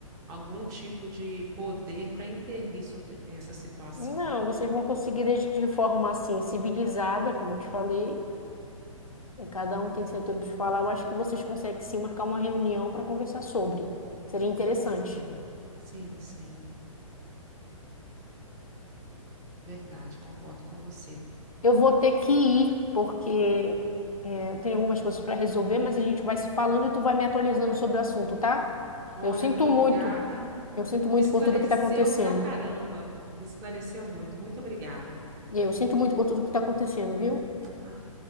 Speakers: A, on the right (about 20°); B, on the left (about 80°).
A: algum tipo de poder para intervir sobre essa situação.
B: Não, vocês vão conseguir desde que de forma assim, civilizada, como eu te falei, e cada um tem seu tempo de falar. Eu acho que vocês conseguem sim marcar uma reunião para conversar sobre. Seria interessante.
A: Sim, sim, sim. Verdade, concordo com você.
B: Eu vou ter que ir, porque é, eu tenho algumas coisas para resolver, mas a gente vai se falando e tu vai me atualizando sobre o assunto, tá?
A: Olha,
B: Eu sinto
A: muito obrigada.
B: muito, eu sinto muito
A: Me esclareceu
B: por tudo que está acontecendo.
A: pra caramba. Me esclareceu muito. Muito obrigada.
B: E eu sinto muito por tudo que está acontecendo, viu?
A: Ah,